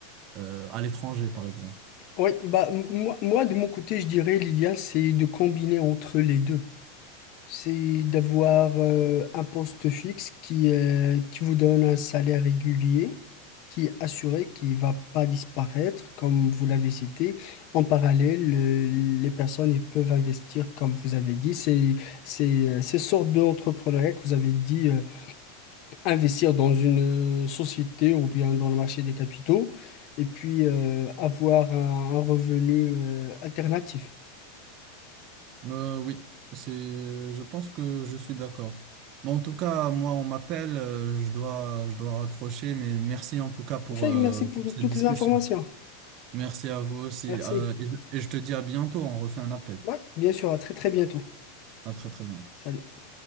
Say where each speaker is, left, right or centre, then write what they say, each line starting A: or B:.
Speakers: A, on the right; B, on the left.
A: euh, à l'étranger, par exemple.
B: Oui, bah, m- moi, moi, de mon côté, je dirais l'idéal, c'est de combiner entre les deux. C'est d'avoir euh, un poste fixe qui, euh, qui vous donne un salaire régulier, qui est assuré, qui ne va pas disparaître, comme vous l'avez cité. En parallèle, euh, les personnes ils peuvent investir, comme vous avez dit. C'est, c'est, euh, ces sortes d'entrepreneuriat que vous avez dit. euh, investir dans une euh, société ou bien dans le marché des capitaux et puis euh, avoir un, un revenu euh, alternatif.
A: Euh, oui, c'est, je pense que je suis d'accord. Bon, en tout cas, moi, on m'appelle, euh, je dois, je dois raccrocher, mais merci en tout cas pour,
B: Enfin,
A: euh,
B: merci pour
A: pour cette
B: toutes
A: discussion.
B: les informations.
A: Merci à vous aussi,
B: Merci.
A: euh, et je et je te dis à bientôt, on refait un appel.
B: Ouais, bien sûr, à très très bientôt.
A: À très très bientôt.
B: Salut.